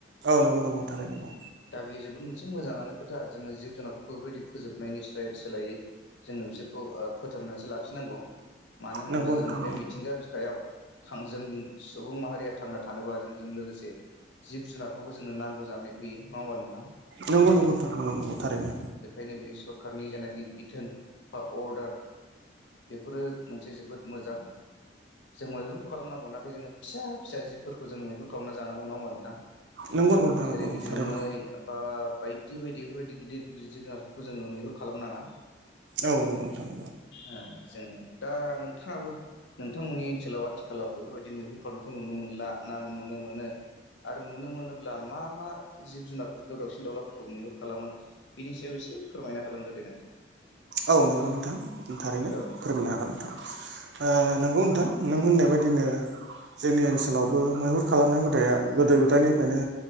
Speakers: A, on the right; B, on the left.
A: औ नंगौ नंगौ थारै नंगौ
B: दा बेयो जोबोद मोनसे मोजाङानो खोथा जोङो जिब जुनारफोरखौ बेफोरबायदि फोजोबनायनि स्लाय सोलायै जोङो बिसोरखौ ओ फोथांनानैसो लाखिनांगौ मानो होनबा
A: नंगौ नंगौ नोंथां
B: जोङो बे मिथिंगा बिखायाव थां जों सुबुं माहारिया थांना थानोबा जोंजों लोगोसे जिब जुनारखौबो जोंनो नांगौ जानानै फैयो नङा ओमबा नोंथां?
A: नंगौ नंगौ नंगौ नगौ थारैनो
B: नैबे सरखारनि जेनाखि बिथोन बा अर्डार बेफोरो मोनसे जोबोद मोजां जों मैहुर खालामनांगौ नाथाय जोङो फिसा फिसा जिबफोरखौ जों मैहु खालामना जानांगौ नङा होनोमबा नोंथां
A: नंगौ नंगौ नोंथां
B: जेरै
A: नंगौ नंगौ
B: गिदिर
A: थारैनो
B: मै बा बायदि बायदि बेफोरबायदि गिदिर गिदिर जोनार खौ जोङो मैहुर खालामनाङा
A: औ नोंथां
B: ओ जोङो दा नोंथाङाबो नोंथांमोननि ओनसोलाव आथिखालाव बेफोरबायदि मैहुर खालामनायखौ नुनो मोनला ना नुनो मोन मोनो आरो नुनो मोनोब्ला मा मा जिब जुनारफोरखौ दाउसिन-दाउलाफोरखौ मैहुर खालामो बिनि सायाव एसे फोरमायना होलांदो दे नोंथां
A: औ नोंगौ नोंथां थारैनो
B: औ नोंथां
A: फोरमायनो हागोन नोंथां। ओ नोंगौ नोंथां नों होननाय बायदिनो जोंनि ओनसोलावबो मैहुर खालामनाय हुदाया गोदो- गोदायनिफ्रायनो